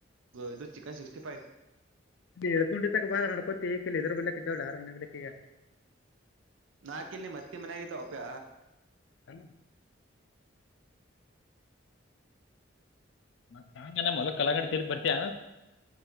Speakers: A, on the right; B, on the left.
A: ಇದು ಚಿಕನ್ ಸಿಕ್ಸ್ಟಿ ಫೈ್
B: ಇಲಕೊಂಡ ಇತ್ತಾಗ ಬಾ ನಡ್ಕೊಂತ ಈ ಕಲ್ಲಿ ಇದ್ರ ಮನೆಗ ಬರ್ಕಕ್ಕೆ ಆರ್ಡ್ಕ್ಕೆ ಈಗ
A: ನಾಕ ಇಲ್ಲಿ ಮತ್ತೆ ಮನ್ಯಾಗಿದ್ದ ಒಪ್ಯ
B: ಅ ಮತ್ತ ಹಂಗ ನ ಮೊಲಕ್ ಕಲಂಗಡಿ ತಿನಾಕ್ ಬರ್ತಯ